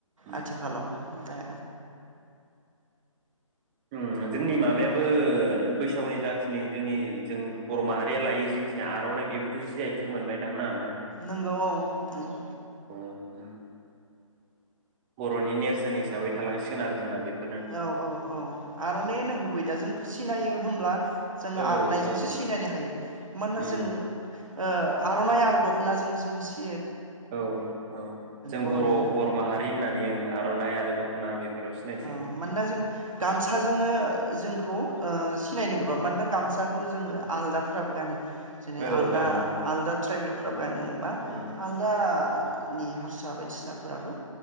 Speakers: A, on the right (about 15°); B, on the right (about 70°).
A: उम
B: आथिखालाव दा
A: ओम जोंनि माबायाबो बैसागुनि जाखिनि जोंनि जों बर' माहारिया लायै जिखिनि आर'नाइ बेबोथ' जि आय थेक मोनबायदांना
B: नोंगौ औ नंगौ
A: औ उम बर'नि नेरसोन हिसाबै थालांसिगोन आरो जोंना बेखौ
B: औ औ औ आर'ननाइनो गुबै दा जोंखौ सिनायो होमब्ला जोङो
A: औ
B: आर'नाइजोंसो
A: औ
B: सिनायनो हायो मानोना
A: उम
B: जोंङो ओ आर'ननाइ आरो दख'नाजों जोंखौ सि
A: औ औ जों
B: बर'नि
A: बर'
B: होननानै
A: बर' माहारि होननानै ओ आर'ननाइ आरो दख'ना बेफोराव सिनाय
B: ओ मानोना जों गामसाजोङो जोंखौ सिनायनो गोबाब मानोना गामसा खौ जोङो आलादाफोराबो गानो
A: आरो
B: जेरै आलदा
A: औ गानो मोनो
B: आलदा ट्राइबेलफ्राबो
A: उम
B: गानोबा
A: उम
B: आलदा नि हारसा बायदिसिना फोराबो